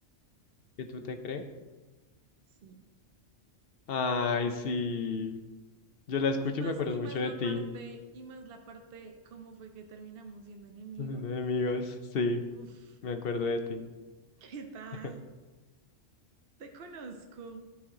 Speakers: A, on the left (about 55°); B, on the right (about 55°).
A: ¿Qué tú te crees?
B: Sí.
A: Ay, sí. Yo la escucho
B: Y más,
A: y me acuerdo
B: y
A: mucho
B: más
A: de
B: la
A: ti.
B: parte, y más la parte, cómo fue que terminamos siendo enemigos.
A: <laughs> Siendo amigos, sí.
B: Uf,
A: Me acuerdo de ti.
B: ¿qué tal?
A: <laughs>
B: Te conozco.